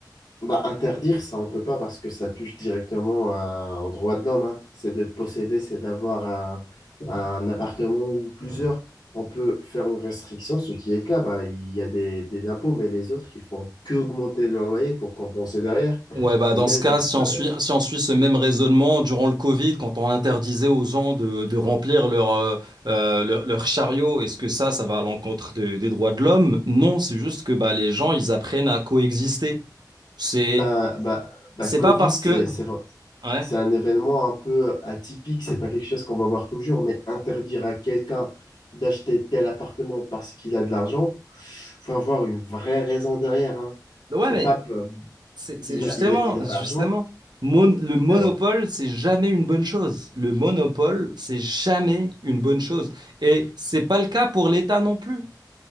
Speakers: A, on the left (about 75°); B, on the right (about 70°).
A: Bah, interdire, ça, on peut pas parce que ça touche directement à- aux droits de l'homme. hein. C'est de posséder, c'est d'avoir un, un appartement ou plusieurs. On peut faire une restriction, ce qui est le cas. Bah, il y a des, des impôts, mais les autres, ils font que augmenter leur loyer pour compenser derrière.
B: Ouais, bah
A: Même,
B: dans ce cas, si
A: bah,
B: on suit, si on suit ce même raisonnement durant le Covid, quand on interdisait aux gens de, de remplir leur, euh, euh, leur, leur chariot, est-ce que ça, ça va à l'encontre de- des droits de l'homme? Non, c'est juste que bah, les gens, ils apprennent à coexister. C'est,
A: bah, bah, bah,
B: c'est
A: Covid,
B: pas parce
A: c'est,
B: que...
A: c'est,
B: Ouais,
A: C'est un événement un peu atypique, c'est pas quelque chose qu'on va voir toujours, mais interdire à quelqu'un d'acheter tel appartement parce qu'il a de l'argent, faut avoir une vraie raison derrière, hein.
B: ouais,
A: C'est
B: mais
A: pas, euh,
B: c'est c'est
A: il
B: justement,
A: a, il, a il a
B: justement,
A: l'argent,
B: mon- le monopole,
A: alors,
B: c'est jamais une bonne chose. Le monopole, c'est jamais une bonne chose. Et c'est pas le cas pour l'État non plus.